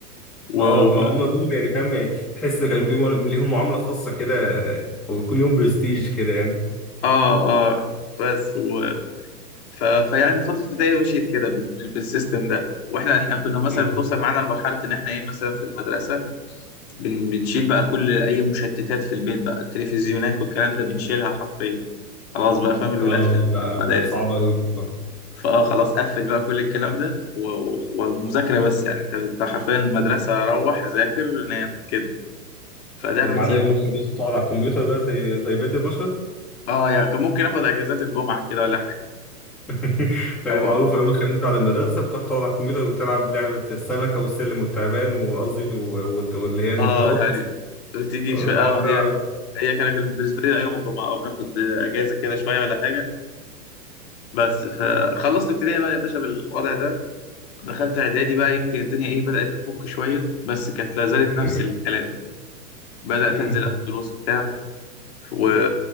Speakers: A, on the left; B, in the centre.
A: و
B: اه
A: و-
B: فهم دول يعني فاهم يعني تحس ان كان بيهم ليهم معاملة خاصة كده او بيكون ليهم برستيج كده يعني
A: اه اه بس و... ف... فيعني فتره البدايه مشيت كده بال... بالسيستم ده واحنا احنا كنا مثلا
B: مم.
A: بتوصل معانا لمرحله ان احنا ايه مثلا في المدرسه بن... بنشيل بقى كل اي مشتتات في البيت بقى التلفزيونات والكلام ده بنشيلها حرفيا خلاص بقى فاهم الولاد
B: اه
A: في
B: لا
A: في المدارس
B: صعبة قوي دي بصراحة
A: فاه خلاص قفل بقى كل الكلام ده و... و- ومذاكره بس يعني انت انت حرفيا المدرسه روح ذاكر نام كده فده
B: وما
A: الروتين
B: عدا يوم الخميس بتقعد على الكمبيوتر بقى زي زي بقية البشر
A: اه يعني كان ممكن اخد اجازات الجمعة كده ولا حاجة
B: <laughs> هي
A: أو
B: معروفة يوم الخميس بعد المدرسة بتروح تقعد على الكمبيوتر وتلعب لعبة السمكة والسلم والتعبان وقصدي و- و- واللي هي النطاط
A: اه يعني بتيجي
B: وتقعد
A: شوية اه
B: تلعب
A: هي هي كانت بالنسبة لي يوم الجمعة اه بناخد اجازة كده شوية ولا حاجة بس فخلصت ابتدائي بقى يا باشا بالوضع ده دخلت اعدادي بقى يمكن الدنيا ايه بدأت تفك شوية بس كانت لا زالت
B: <laughs>
A: نفس الكلام بدأت
B: مم.
A: انزل اخد دروس وبتاع و